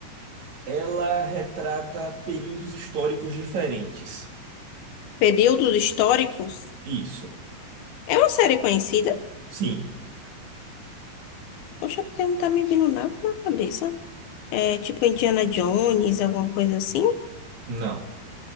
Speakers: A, on the right (about 50°); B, on the left (about 70°).
A: ela retrata períodos históricos diferentes.
B: Períodos históricos?
A: Isso.
B: É uma série conhecida?
A: Sim.
B: Poxa, porque não tá me vindo nada na cabeça. É tipo Indiana Jones, alguma coisa assim?
A: Não.